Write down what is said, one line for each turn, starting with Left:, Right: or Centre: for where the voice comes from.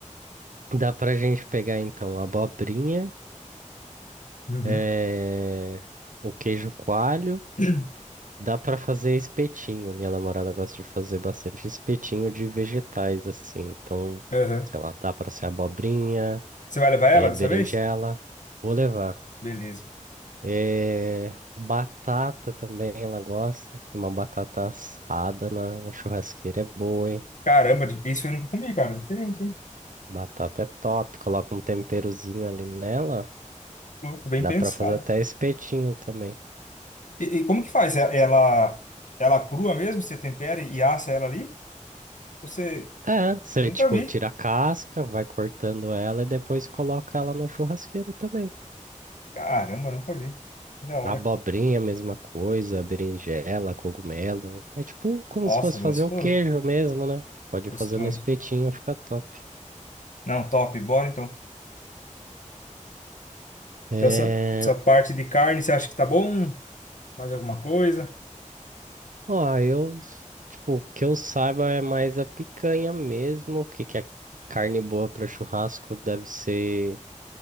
Right: Dá pra gente pegar então a abobrinha,
Left: Uhum.
Right: eh, o queijo coalho.
Left: <clears throat>
Right: Dá pra fazer espetinho. Minha namorada gosta de fazer bastante espetinho de vegetais assim. Então,
Left: Aham.
Right: sei lá, dá pra ser abobrinha,
Left: Você vai levar ela
Right: eh,
Left: dessa
Right: berinjela.
Left: vez?
Right: Vou levar.
Left: Beleza.
Right: Eh, batata também ela gosta. Uma batata assada na, na churrasqueira é boa, hein?
Left: Caramba, isso eu não comi, cara. Diferente, hein?
Right: Batata é top. Coloca um temperozinho ali nela.
Left: Louco, bem
Right: Dá
Left: pensado.
Right: pra fazer até espetinho também.
Left: E, e como que faz? E- Ela, ela crua mesmo? Você tempera e assa ela ali? Você
Right: É, você,
Left: nunca
Right: tipo,
Left: vi.
Right: tira a casca, vai cortando ela e depois coloca ela na churrasqueira também.
Left: Caramba, nunca vi. Que da hora.
Right: A abobrinha, a mesma coisa, berinjela, cogumelo. É tipo como
Left: Nossa,
Right: se fosse
Left: gostoso.
Right: fazer o queijo mesmo, né? Pode
Left: Gostoso.
Right: fazer no espetinho, fica top.
Left: Não, top. Bora então.
Right: É...
Left: Então, essa, essa parte de carne, você acha que tá bom? Mais alguma coisa?
Right: Ó, eu... Tipo, o que eu saiba é mais a picanha mesmo. O que que é carne boa para churrasco deve ser...